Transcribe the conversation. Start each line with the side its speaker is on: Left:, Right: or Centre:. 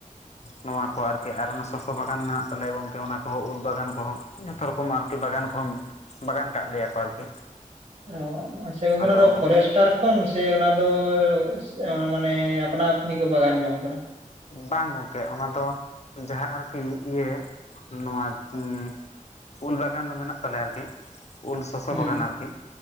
Left: ᱱᱚᱣᱟ ᱟᱨᱠᱤ ᱟᱨ ᱚᱱᱟ ᱥᱚᱥᱚ ᱵᱟᱜᱟᱱ ᱢᱮᱱᱟᱜ ᱛᱟᱞᱮᱭᱟ ᱜᱚᱝᱠᱮ ᱚᱱᱟ ᱠᱚᱦᱚᱸ ᱩᱞ ᱵᱟᱜᱟᱱ ᱠᱚᱦᱚᱸ, ᱡᱷᱚᱛᱚ ᱨᱚᱠᱚᱢ ᱟᱨᱠᱤ ᱵᱟᱜᱟᱱ ᱠᱚᱦᱚᱸ᱾ ᱵᱟᱜᱟᱱ ᱠᱟᱜ ᱞᱮᱭᱟ ᱠᱚ ᱟᱨᱠᱤ
Right: ᱚ, ᱟᱪᱪᱷᱟ ᱜᱚᱝᱠᱮ
Left: ᱟᱫᱚ
Right: ᱚᱱᱟ ᱫᱚ ᱯᱷᱚᱨᱮᱥᱴ ᱠᱟᱨ ᱠᱷᱚᱱ ᱥᱮ ᱚᱱᱟ ᱫᱚᱻᱮ‌ ᱥᱮ ᱚ ᱢᱟᱱᱮ ᱟᱯᱱᱟ ᱟᱹᱯᱱᱤ ᱠᱚ ᱵᱟᱜᱟᱱ ᱡᱚᱝ ᱠᱟᱱᱟ᱾
Left: ᱵᱟᱝ ᱜᱚᱝᱠᱮ ᱚᱱᱟ ᱫᱚ ᱡᱟᱦᱟᱸ ᱟᱨᱠᱤ ᱤᱭᱟᱹ ᱱᱚᱣᱟ ᱩᱸ ᱩᱞ ᱵᱟᱜᱟᱱ ᱫᱚ ᱢᱮᱱᱟᱜ ᱛᱟᱞᱮᱭᱟ ᱟᱨᱠᱤ᱾ ᱩᱞ ᱥᱚᱥᱚ
Right: ᱦᱩᱸ
Left: ᱵᱟᱜᱟᱱ ᱟᱨᱠᱤ